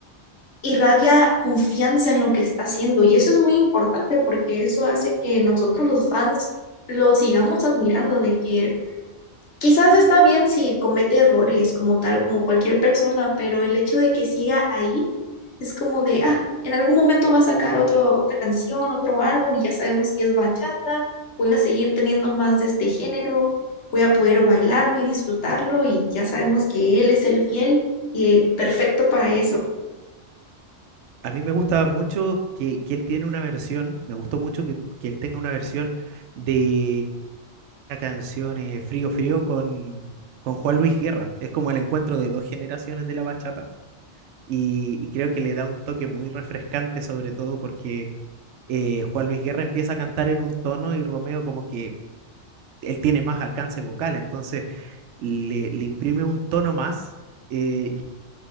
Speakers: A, on the left (about 75°); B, on the right (about 80°).
A: irradia confianza en lo que está haciendo y eso es muy importante porque eso hace que nosotros los fans lo sigamos admirando, de que Quizás está bien si comete errores como tal, como cualquier persona, pero el hecho de que siga ahí es como de, ah, en algún momento va a sacar otro, otra canción, otro álbum y ya sabemos que es bachata, voy a seguir teniendo más de este género, voy a poder bailarlo y disfrutarlo y ya sabemos que él es el fiel y perfecto para eso.
B: A mí me gusta mucho que, que él tiene una versión, me gustó mucho que, que él tenga una versión de la canción eh, Frío Frío con, con Juan Luis Guerra. Es como el encuentro de dos generaciones de la bachata y, y creo que le da un toque muy refrescante, sobre todo porque eh, Juan Luis Guerra empieza a cantar en un tono y Romeo como que él tiene más alcance vocal, entonces le, le imprime un tono más. Eh, yo